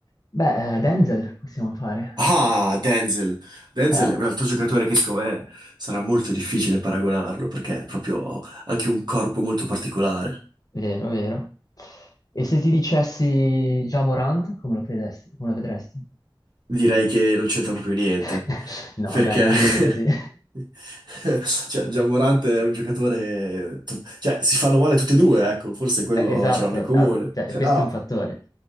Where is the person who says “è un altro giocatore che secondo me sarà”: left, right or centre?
Right